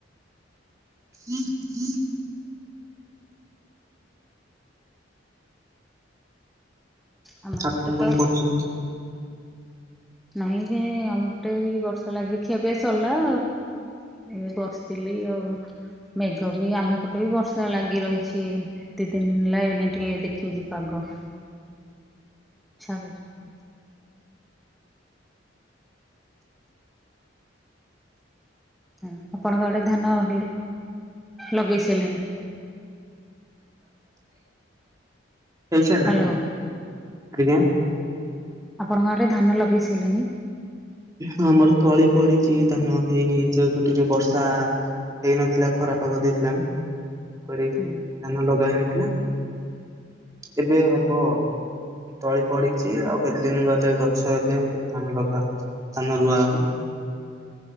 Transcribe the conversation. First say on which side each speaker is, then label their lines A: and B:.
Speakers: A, on the right; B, in the centre.
A: ହୁଁ ହୁଁ <inaudible>
B: ଆମ
A: ଆପଣ
B: ପଟେ ତ
A: କଣ କରୁଚନ୍ତି?
B: ନାଇଁ ଯେ ଆମପଟେ ବି ବର୍ଷା ଲାଗି ଖିଆ ପିଆ ସରଲା। ଏବେ ବସଥିଲି ଆଉ ମେଘ ବି ଆମ ପଟେ ବି ବର୍ଷା ଲାଗି ରହିଛି। ଦି ତିିନ୍ ଦିନ୍ ହେଲା ଏଇନା ଟିକେ ଦେଖେଇଚି ପାଗ। ଛାଡ଼ୁଚି। ହଁ ଆପଣଙ୍କ ଆଡ଼େ ଧାନ ଡୁଡ଼ୁ ଲଗେଇ ସାଇଲେଣି?
A: ହେଇ ସାଇଲାଁ
B: ହ୍ୟାଲୋ
A: ଆଜ୍ଞା?
B: ଆପଣଙ୍କ ଆଡ଼େ ଧାନ ଲଗେଇ ସାଇଲେଣି?
A: ଏ ହଁ ଆମର ତଳି ପଡି଼ଚି ଧାନ ହେଇନି ଯହେତୁ ଟିକେ ବର୍ଷା ହେଇନଥିଲା ଖରା ପାଗ ଦେଇଥିଲା, କରି ଧାନ
B: ହୁଁ
A: ଲଗା ହେଇନଥିଲା। ଏବେ ହବ। ଏ ତଳି ପଡି଼ଚି ଆଉ କେତେ ଦିନ ଗଲେ ଗଛ ହେଲେ ଧାନ ଲଗା ଧାନ ରୁଆ ହବ